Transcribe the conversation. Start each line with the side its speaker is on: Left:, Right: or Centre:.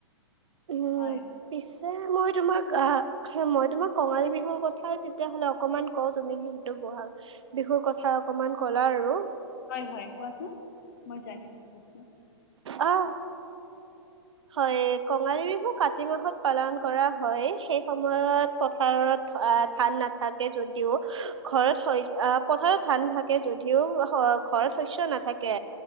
Right: উম,
Left: হয়।
Right: পিছে মই তোমাক আ মই তোমাক কঙালী বিহুৰ কথাই তেতিয়াহ'লে অকনমান কঁও, তুমি যিহেতু বহাগ বিহুৰ কথা অকমান ক'লা আৰু।
Left: হয়, হয় কোৱাচোন। মই জানি <unintelligible>
Right: অ হয়, কঙালী বিহু কাতি মাহত পালন কৰা হয়। সেই সময়ত পথাৰত আ, ধান নাথাকে যদিও। ঘৰত হয় আ, পথাৰত ধান থাক কে যদিও হ, ঘৰত শস্য নাথাকে।